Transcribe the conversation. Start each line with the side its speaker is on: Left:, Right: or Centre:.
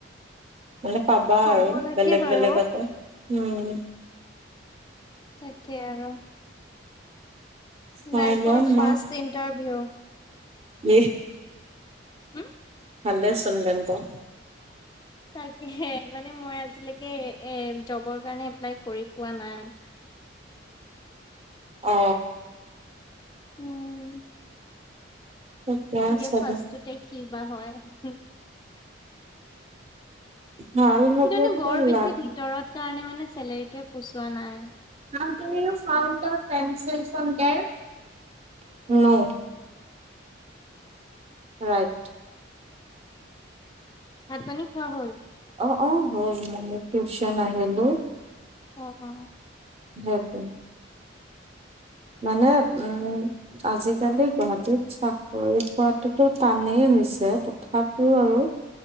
Right: মানে পাবা
Left: হ'ব
Right: আৰু
Left: লাগে
Right: বেলেগ
Left: বাৰু।
Right: বেলেগতে উম।
Left: তাকে আৰু
Right: চাই
Left: লাইফৰ
Right: লম
Left: ফাৰ্ষ্ট
Right: মই
Left: ইণ্টাৰভিউ।
Right: <inaudible>
Left: হম।
Right: ভালে চোন বেংকৰ।
Left: তাকে মানে মই আজিলৈকে এ জবৰ কাৰণে এপ্লাই কৰি পোৱা নাই।
Right: অ।
Left: উম।
Right: ঠিকে
Left: তাকে
Right: আছে
Left: ফাৰ্ষ্টটোতে
Right: দে
Left: কি বা হয়।
Right: ভাল হ'বতো
Left: কিজানি বৰ বেছি
Right: লাগে
Left: ভিতৰত কাৰণে মানে চেলেৰিটোৱে পোছোৱা নাই।
Right: <inaudible> ৰাইট।
Left: ভাত পানী খোৱা হ'ল?
Right: অ অ হল মই টিউশ্যন আহিলো।
Left: অ অ।
Right: <inaudible> মানে উম। আজিকালি গুৱাহাটীত চাকৰি পোৱটোতো টানেই হৈছে তথাপিও আৰু